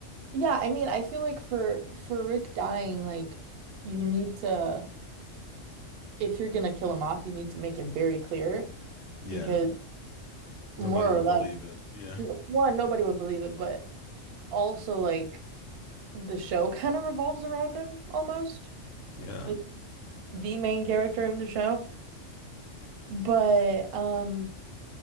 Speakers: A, on the right; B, on the left.
A: yeah I mean I feel like for for Rick dying like you need to if you're gonna kill him off you need to make it very clear
B: yeah,
A: because
B: nobody
A: more
B: would
A: or less.
B: believe it. Yeah,
A: N- One, nobody would believe it, but also like the show <laughs> kind of revolves around him almost.
B: yeah,
A: Like the main character of the show. But um